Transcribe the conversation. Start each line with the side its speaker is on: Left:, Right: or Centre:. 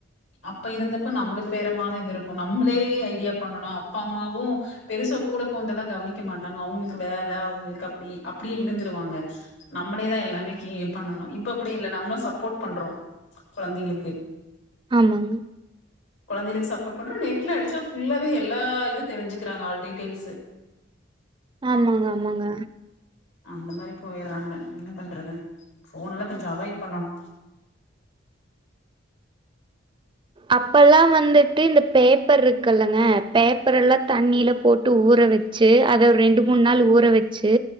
Left: அப்ப இருந்தப்ப நம்மளுக்கு பேரமான இருந்துருக்கும் நம்மளே ஐடியா பண்ணணும் அப்பா அம்மா வும் பெருசா கூட கொந்தெல்லா கவனிக்க மா தாங்க அவங்களுக்கு வேல அவங்களுக்கு அப்டி அப்டி இருந்துருவாங்க நம்மளேதா எல்லாமே கீ பண்ணணு இப்ப அப்படி இல்ல நம்ம சப்போர்ட் பண்றோ கொழந்தைகளுக்கு
Right: ஆமாங்க
Left: கொழந்தைகளுக்கு சப்போர்ட் பண்ற நெட் ட்ல அடிச்சா ஃபுல்லாவே எல்லா இது தெரிஞ்சுக்கிறாங்க ஆள் டீடெயில்ஸ்
Right: ஆமாங்க ஆமாங்க
Left: அந்த மாரி போயடுறாங்க என்ன பண்றது போனல்லா கொஞ்ச அவாய்ட் பண்ணணு
Right: அப்பல்லா வந்துட்டு இந்த பேப்பர் இருக்குல்லங்க பேப்பர எல்லா தண்ணில போட்டு ஊற வச்சு அத ஒரு ரெண்டு மூணு நாள் ஊற வச்சு